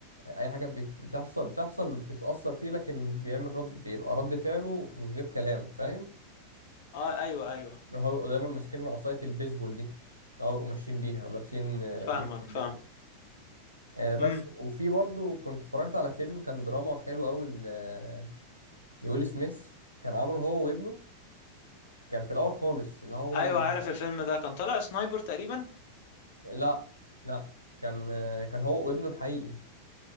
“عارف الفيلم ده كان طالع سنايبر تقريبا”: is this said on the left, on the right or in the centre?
Left